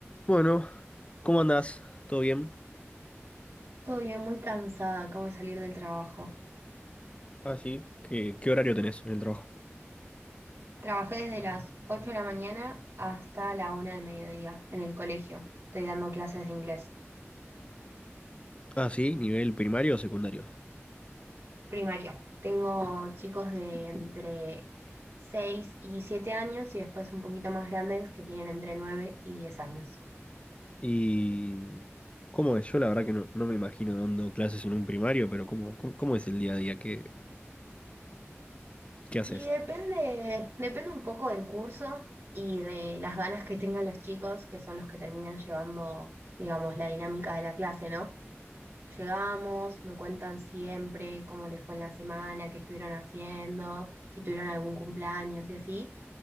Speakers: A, on the left; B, on the right.
A: Bueno, ¿cómo andás? ¿Todo bien?
B: Todo bien, muy cansada, acabo de salir del trabajo.
A: Ah, sí. ¿Qué, qué horario tenés en el trabajo?
B: Trabajé desde las 8 de la mañana hasta la una del mediodía en el colegio. Estoy dando clases de inglés
A: Ah, sí, nivel primario o secundario.
B: primario. Tengo chicos de entre 6 y 7 años y después un poquito más grandes que tienen entre 9 y 10 años.
A: Y... ¿Cómo es? Yo la verdad que no, no me imagino dando clases en un primario, pero ¿cómo, cómo, cómo es el día a día? ¿Qué, qué haces?
B: Y depende, depende un poco del curso y de las ganas que tengan los chicos, que son los que terminan llevando, digamos, la dinámica de la clase, ¿no? Llegamos, me cuentan siempre cómo les fue en la semana, qué estuvieron haciendo, si tuvieron algún cumpleaños y así.